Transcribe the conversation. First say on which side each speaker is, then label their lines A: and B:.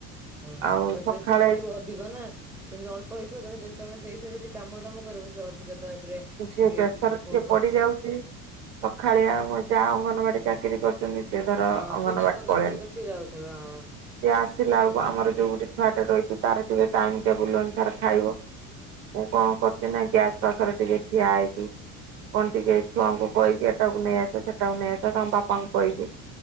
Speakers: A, in the centre; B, on the right.
A: ହୁଁ
B: ଆଉ ସକାଳେ
A: ପ୍ରେସର ପଡିବ ଅଧିକ ନା ସେମିତି ଅଳ୍ପ ହେଇଥିବ ତା ତମେ ସେଇଥିରେ ଯ କାମ ଦାମ କରିବ ସେ ଅଧିକ ତା ଉପରେ
B: ଜୀଉ
A: ଟିକେ
B: ପ୍ରେସର ଟିକେ
A: ହଁ
B: ପଡି ଯାଉଛି ସଖାଳିଆ ମ ଯା ଅଙ୍ଗନବାଡି ଚାକିରି କରୁଛନ୍ତି ସେ ଧର
A: ହଁ
B: ଅଙ୍ଗନବାଡ଼ି
A: ସିଏ ତାଙ୍କ କାମରେ
B: ପଳେଇଲେ
A: ତ
B: ସେ
A: ସିଏ ଯାଉଥିବେ ହଁ।
B: ଆସିଲା ବେଳକୁ ଆମର ଯୋଉ ଗୋଟେ ଛୁଆ ଟା ରହିଛି ତାର ଟିକେ ଟାଇମ ଟେବୁଲ ଅନୁସାରେ ଖାଇବ। ମୁଁ କଣ କରୁଛି ନା ଗ୍ୟାସ ପାଖରେ ଟିକେ ଠିଆ ହେଇଛିି କଣ ଟିକେ ଛୁଆଙ୍କୁ କହିିଦିଏ ଏଟାକୁ ନେଇ ଆସ ସେଟାକୁ ନେଇ ଆସ ତାଙ୍କ ବାପାଙ୍କୁ କହିବି।